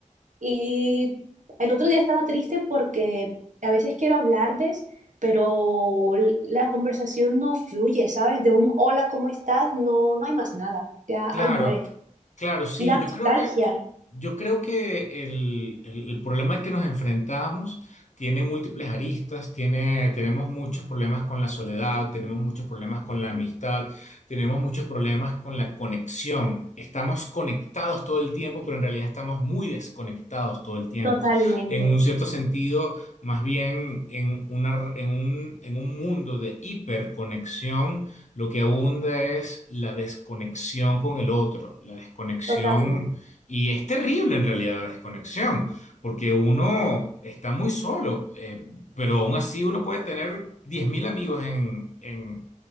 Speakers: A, on the right (about 70°); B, on the left (about 60°).
A: Y el otro día estaba triste porque a veces quiero hablarles, pero la conversación no fluye, ¿sabes? De un hola, ¿cómo estás? No, no hay más nada. Ya
B: Claro,
A: ahí muere.
B: claro, sí.
A: Y da
B: Yo
A: nostalgia.
B: creo que, yo creo que el, el- el problema al que nos enfrentamos tiene múltiples aristas, tiene, tenemos muchos problemas con la soledad, tenemos muchos problemas con la amistad, tenemos muchos problemas con la conexión. Estamos conectados todo el tiempo, pero en realidad estamos muy desconectados todo el tiempo.
A: Totalmente,
B: En un cierto sentido, más bien en una, en un, en un mundo de hiperconexión lo que abunda es la desconexión con el otro, la desconexión,
A: totalmente.
B: y es terrible en realidad la desconexión, porque uno está muy solo, eh, pero aún así uno puede tener 10.000 amigos en, en